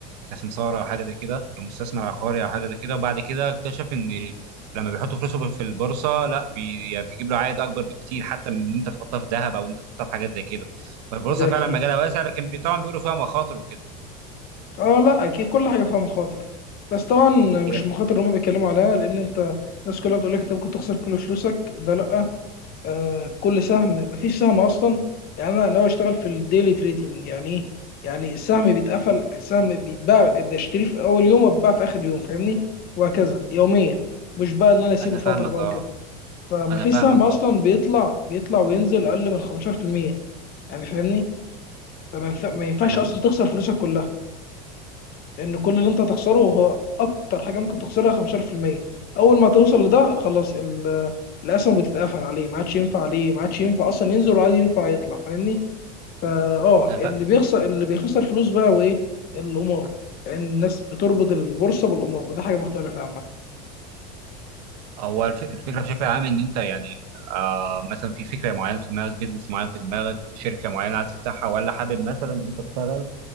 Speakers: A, on the right (about 75°); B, on the left (about 45°).
A: كسمساره او حاجه زي كده كمستثمر عقاري او حاجه زي كده وبعد كده اكتشف ان لما بيحط فلوسه في البورصه لا بي يعني بيجيب له عائد اكبر بكتير حتى من ان انت تحطها في ذهب او ان انت تحطها في حاجات زي كده فالبورصه
B: ده
A: فعلا
B: اكيد
A: مجالها واسع لكن بي- طبعا بيقولوا فيها مخاطر وكده
B: اه لا اكيد كل حاجه فيها مخاطر بس طبعا مش
A: هي
B: المخاطر اللي هم بيتكلموا عليها لان انت الناس كلها بتقول لك انت ممكن تخسر كل فلوسك ده لا آه كل سهم مفيش سهم اصلا يعني انا ناوي اشتغل في الديلي تريدنج يعني ايه يعني السهم بيتقفل السهم بيتباع بشتريه في اول يوم وبيتباع في اخر يوم فاهمني وهكذا يوميا مش بقى اللي انا اسيبه
A: انا
B: فتره
A: فاهمك
B: بقى
A: اه
B: وكده فمفيش
A: انا فاهمك
B: سهم اصلا
A: اه
B: بيطلع بيطلع وينزل اقل من 15% يعني فاهمني فما ينفع- ما ينفعش
A: انا
B: اصلا تخسر فلوسك كلها لان كل اللي انت هتخسره هو اكتر حاجه ممكن تخسرها 15% اول ما توصل لده خلاص ال- الاسهم بتتقفل عليه ما عادش ينفع عليه ما عادش ينفع اصلا ينزل ولا عاد ينفع يطلع فاهمني فا اه
A: انا
B: اللي
A: فا...
B: بيخسر اللي بيخسر فلوس بقى هو ايه القمار لان الناس بتربط البورصه بالقمار وده حاجه مختلفه عامه
A: هو الف- الفكره بشكل عام ان انت يعني آه مثلا في فكره معينه في دماغك بيزنس معين في دماغك شركه معينه عايز تفتحها ولا حابب مثلا ان انت تشتغل